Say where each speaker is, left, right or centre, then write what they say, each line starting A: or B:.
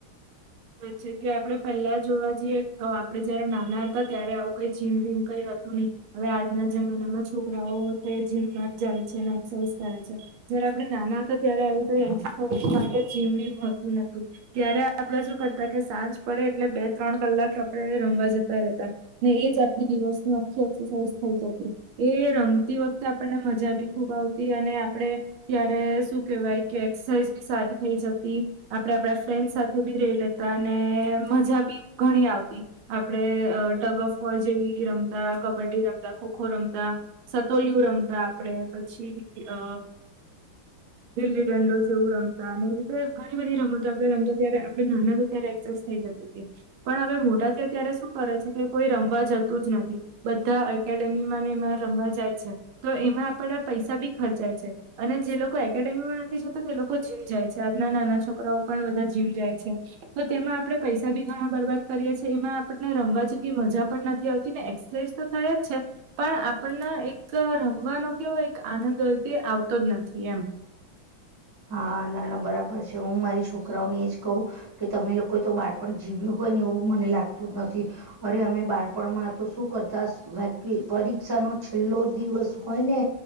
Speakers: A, on the right; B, on the right.
A: અચ્છા કે આપડે પહેલા જોવા જઈએ. તો આપડે જયારે નાના હતા ત્યારે આવું કઈ જીમ વીમ કઈ હતું નહી. હવે આજના જમાનામાં છોકરાઓ તે જીમમાં જાય છે ને એક્સરસાઇઝ કરે છે. જયારે આપણે નાના હતા ત્યારે કોઈ એક્રસાઝ માટે જીમમતું નતું. ત્યારે આપડે શું કરતા કે સાંજ પડે એટલે બે ત્રણ કલાક આપડે રમવા જતા. હતા, ને એજ આપ દિવસ ની આખી એક્સરસાઇઝ થઈ જતી. એ રમતી વખતે આપણને મજા બી ખુબ આવતી અને આપડે. ત્યારે શું કેવાય કે એક્સરસાઇઝ બી સારી થઈ જતી. આપડે આપડા ફ્રેન્ડ સાથે બી રહી લેતા અને મજા બી ઘણી આવતી. આપડે ટગ ઓફ વોર જેવી રમતા કબડ્ડી રમતા ખોખો રમતા. સતોલિયું રમતા આપડે પછી અ દિલ્લી રં જેેવરમ અને એવી રીતે ઘણી બધી રમતો આપડણે રમતો ત્યારે આપ ના ત્યારે એક્ઝ થઈ જતી હતી. પણ હવે મોટા છે ત્યારે શું કરે છે કે કોઈ રમવા જતું જ નથી. બધા એકેડેમીમાંને એમાં રમવા જાય છે, તો એમાં આપડા પૈસા બી ખર્ચાય છે. અને જે લોકો એકેડેમીમાં નથી જતા તે લોકો જીમ જાય છે આજના નાના છોકરાઓ પણ બધા જીમ જાય છે. તો તેમાં આપડે પૈસા બી ઘણા બરબાદ કરીએ છીએ એમાં આપણને રમવા જે કે મજા પણ નથી આવતી ને એક્સરસાઇઝ તો થયા જ છે પણ આપણને એક રમવાનો કેવો એક આનંદ હોય તે આવતો જ નથી એમ.
B: હા નાના બરાબર છે હું મારી છોકરાઓને એ જ કહું કે તમે લોકો તો બાળપણ જીવ્યું હોય ને એવું મને લાગતું જ નથી અરે અમે બાળપણમાં તો શું કર તાસ વે પરીક્ષાનો છેલ્લો દિવસ હોય ને